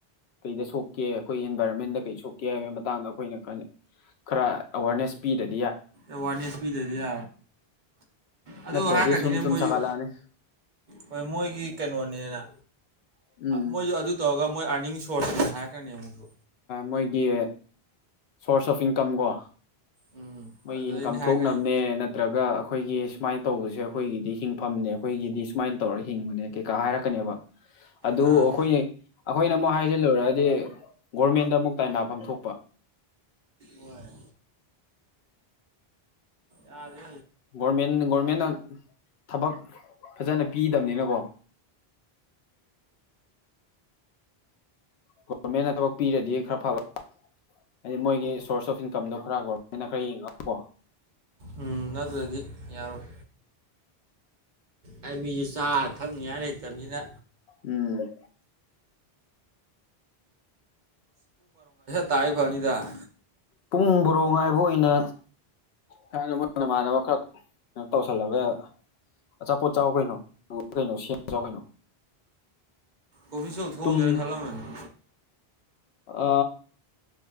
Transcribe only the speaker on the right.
ꯑꯋꯥꯔꯅꯦꯁ ꯐꯤ ꯗꯔꯤꯦ ꯑꯗꯨ
ꯍꯥꯏꯀꯅꯤꯅꯦ
ꯃꯣꯏꯁꯨ
ꯍꯣꯏ ꯃꯣꯏꯒꯤ ꯀꯩꯅꯣꯅꯦꯅ
ꯃꯣꯏꯁꯨ ꯑꯗꯨ ꯇꯧꯔꯒ ꯃꯣꯏ ꯑꯥꯔꯅꯤꯡ ꯁꯣꯔꯠꯁꯅꯦ ꯍꯥꯏꯔꯛꯀꯅꯦ ꯃꯨꯣꯏꯁꯨ
ꯎꯝ
ꯑꯗꯨꯗꯩꯅꯦ
ꯍꯥꯏꯔꯛꯀꯅꯤ
ꯑꯥ
ꯑꯣꯏꯏ ꯑ ꯑꯗꯨ
ꯎꯝ ꯑꯗꯨꯗꯤ ꯌꯥꯔꯣꯏ ꯑꯩ ꯃꯤꯁꯨ ꯆꯥ ꯊꯛꯅꯤꯉꯥꯏ ꯂꯩꯇꯕꯅꯤꯅ
ꯇꯥꯏ ꯐꯅꯤꯗꯥ
ꯑꯣꯐꯤꯁ ꯊ
ꯍꯧꯖꯔꯦ ꯈꯂꯝꯅꯤ